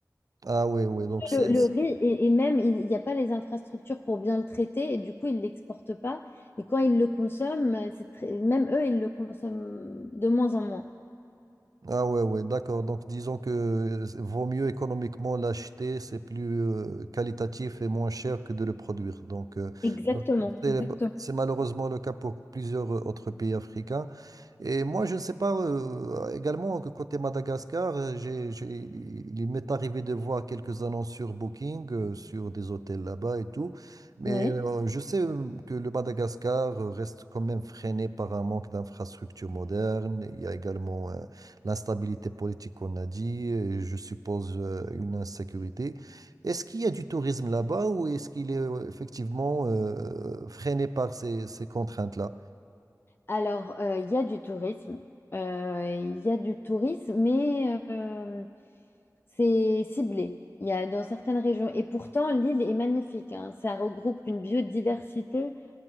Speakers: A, on the right; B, on the left.
A: Ah ouais, ouais, donc c'est
B: Le, le riz, et, et même, il il n'y a pas les infrastructures pour bien le traiter, et du coup, ils ne l'exportent pas. Et quand ils le consomment, euh, c'est très- même eux, ils le consomment de moins en moins.
A: Ah ouais, ouais, d'accord. Donc disons que c'est- vaut mieux économiquement l'acheter, c'est plus euh, qualitatif et moins cher que de le produire. Donc euh,
B: Exactement.
A: donc, c'est
B: Exactement.
A: c'est malheureusement le cas pour plusieurs euh, autres pays africains. Et moi, je ne sais pas, euh, également que côté Madagascar, euh, j'ai, j'ai- il m'est arrivé de voir quelques annonces sur Booking, euh, sur des hôtels là-bas et tout. Mais
B: Ouais.
A: euh, je sais euh, que le Madagascar euh, reste quand même freiné par un manque d'infrastructures modernes. Il y a également l'instabilité politique qu'on a dit, et je suppose euh, une insécurité. Est-ce qu'il y a du tourisme là-bas ou est-ce qu'il est euh, effectivement euh, freiné par ces, ces contraintes-là?
B: Alors, euh, il y a du tourisme. Euh, Il y a du tourisme, mais euh, c'est ciblé. Il y a dans certaines régions. Et pourtant, l'île est magnifique. hein. Ça regroupe une biodiversité